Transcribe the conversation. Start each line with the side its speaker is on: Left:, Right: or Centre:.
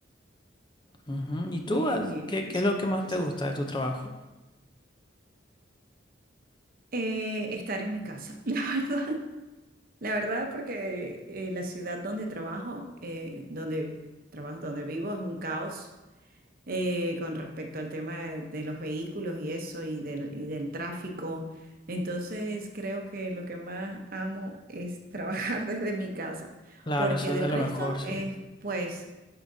Left: Ujú. ¿Y tú,
Right: Bien,
Left: ah,
Right: bien.
Left: qué, qué
Right: Eso
Left: es lo
Right: es,
Left: que más
Right: eso
Left: te gusta
Right: es-
Left: de tu trabajo?
Right: Eh, estar en mi casa, <laughs> la verdad. La verdad, porque eh, la ciudad donde trabajo, eh, donde trabajo, donde vivo, es un caos. eh, con respecto al tema de, de los vehículos y eso y del, y del tráfico. Entonces creo que lo que más amo es trabajar <laughs> desde mi casa,
Left: Claro,
Right: porque
Left: eso
Right: del
Left: es de lo
Right: resto
Left: mejor, sí.
Right: es, pues,